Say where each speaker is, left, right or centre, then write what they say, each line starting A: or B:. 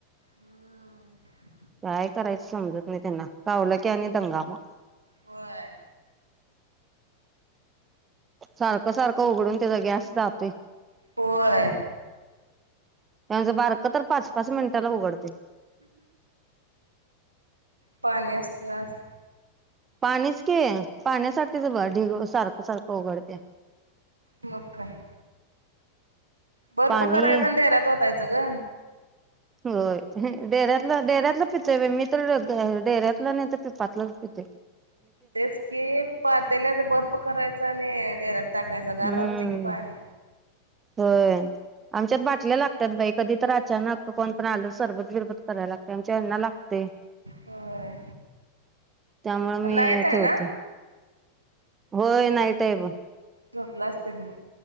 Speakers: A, on the right; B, on the right.
A: हम्म.
B: काय करायचं समजत नाही त्यांना कावलं की आणि दंगा म.
A: होय.
B: सारखं सारखं उघडून त्याचा गॅस जातोय
A: होय.
B: याच बारक तर पाच पाच मिनटाला उघडते.
A: पाणी असल आज.
B: पाणीच की पाण्यासाठीच ब ढिग सारखं सारखं उघडत्या
A: मग काय. बर्प
B: पाणी
A: करायचा आणि डेऱ्यात ओतायचं ग.
B: होय डेऱ्यातला डेऱ्यातलं पितोय मी तर डेऱ्यातल नाही तर पिपातलं पिते.
A: तेच की पात्याल्यात बर्फ करायचा आणि डेऱ्यात टाकायचा गार
B: हम्म
A: राहतय की पाणी.
B: होय आमच्यात बाटल्या लागतात बाई कधी तर अचानक कोण पण आलं सरबत बिरबत करायला लागते आमच्या यांना लागतय.
A: होय.
B: त्यामुळे
A: नाईट
B: मी
A: आहे
B: ठेवतो.
A: ना
B: होय नाहीट आहे ब
A: झोपल्या असतील म.